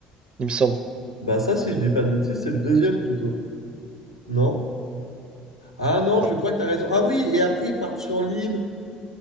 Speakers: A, on the right; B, on the left.
A: il me semble.
B: Bah ça, si je dis pas de bêtises, c'est le deuxième plutôt. Non? Ah non,
A: Non.
B: je crois que t'as raison. Ah oui, et après ils partent sur l'île.